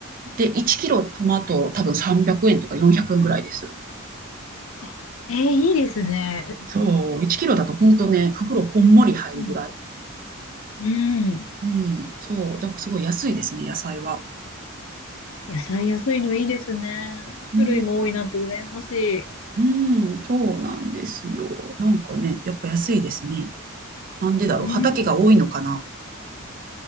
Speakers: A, on the right; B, on the left.
A: で、1キロトマト多分300円とか400円ぐらいです。
B: あ、ええいいですね。
A: そう、1キロだと本当ね、袋こんもり入るぐらい。
B: うん。うん。
A: うん、そう、だからすごい安いですね、野菜は。
B: 野菜安いのいいですね。
A: うん、
B: 種類も多いなんて羨ましい。
A: うん、そうなんですよ。なんかね、やっぱ安いですね。なんでだろう、
B: うん。
A: 畑が多いのかな。